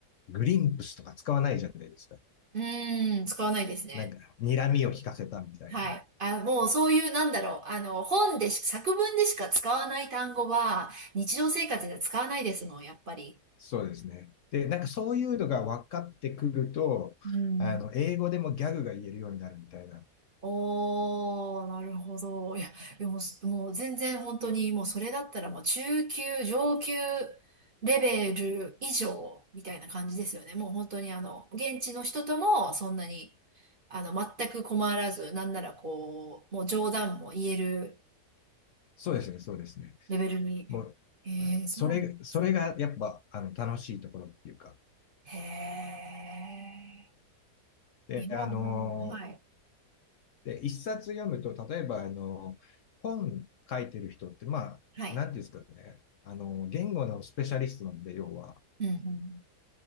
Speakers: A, on the left (about 60°); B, on the right (about 45°).
A: グリンプスとか使わないじゃないですか。
B: うーん、使わないですね。
A: なんか、睨みを聞かせたみたいな。
B: はい。あ、もうそういう、なんだろう。あの、本でし、作文でしか使わない単語は、日常生活では使わないですもん、やっぱり。
A: そうですね。で、なんかそういうのが分かってくると、
B: うん。
A: あの、英語でもギャグが言えるようになるみたいな。
B: おー、なるほど。いや、でも、もう全然本当に、もうそれだったらもう中級、上級レベル以上みたいな感じですよね。もう本当にあの、現地の人ともそんなに、あの、全く困らず、なんならこう、もう冗談も言える。
A: そうですね、そうですね。
B: レベルに。
A: もう、
B: ええ、
A: それ、
B: そうなんですね。
A: それがやっぱ、あの、楽しいところっていうか。
B: へえ。
A: で、
B: 今はもう、
A: あのー
B: はい。
A: で、一冊読むと、例えば、あの、本書いてる人って、まあ、
B: はい。
A: なんていうんですかね、あの、言語のスペシャリストなんで、要は。
B: うん、